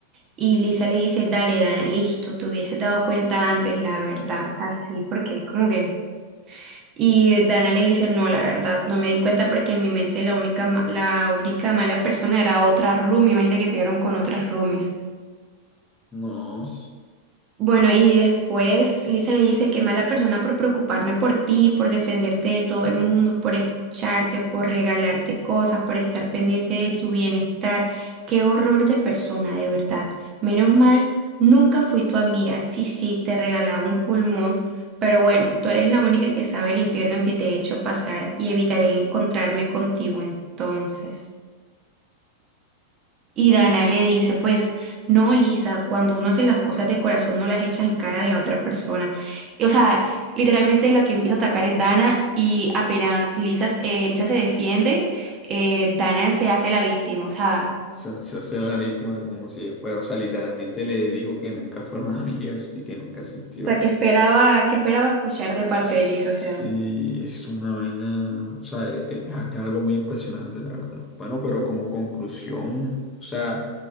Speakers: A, on the right; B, on the left.
A: Y Lisa le dice, dale, Dana, listo, te hubieses dado cuenta antes, la verdad, o sea, sí, porque es como que... Y Dana le dice, no, la verdad, no me di cuenta porque en mi mente la única, ma- la única mala persona era otra roomie. Imagínate que pelearon con otras roomies.
B: No.
A: Bueno, y después Lisa le dice, qué mala persona por preocuparme por ti, por defenderte de todo el mundo, por escucharte, por regalarte cosas, por estar pendiente de tu bienestar. Qué horror de persona, de verdad. Menos mal, nunca fui tu amiga. Sí, sí, te regalaba un pulmón, pero bueno, tú eres la única que sabe el infierno que te he hecho pasar y evitaré encontrarme contigo entonces. Y Dana le dice, pues, no, Lisa, cuando uno hace las cosas de corazón no las echas en cara de la otra persona. Y, O sea, literalmente la que empieza a atacar es Dana y apenas Lisa, eh, Lisa se defiende, eh, Dana se hace la víctima. O sea,
B: Se, se hace la víctima como si ella fuera, o sea, literalmente le dijo que nunca fueron amigas y que nunca sintió
A: O sea,
B: eso.
A: que esperaba, que esperaba escuchar de parte
B: Sí,
A: de Lisa? O sea,
B: es una vaina, o sea, e- e- es, algo muy impresionante, la verdad. Bueno, pero como conclusión, o sea,